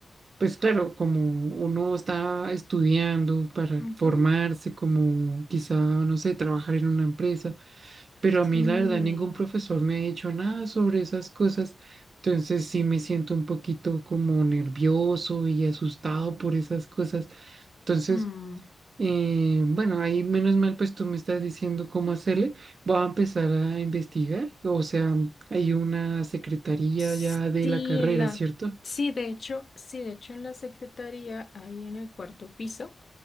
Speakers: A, on the right; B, on the left.
A: pues claro, como uno está estudiando para
B: Ujú.
A: formarse, como quizá, no sé, trabajar en una empresa. Pero a
B: Sí.
A: mí la verdad ningún profesor me ha dicho nada sobre esas cosas, entonces sí me siento un poquito como nervioso y asustado por esas cosas. Entonces,
B: Mm.
A: eh, bueno, ahí menos mal pues tú me estás diciendo cómo hacerle, voy a empezar a investigar, o sea, hay una secretaría
B: Sí,
A: ya de la carrera,
B: en la,
A: ¿cierto?
B: sí, de hecho, sí, de hecho en la secretaría, ahí en el cuarto piso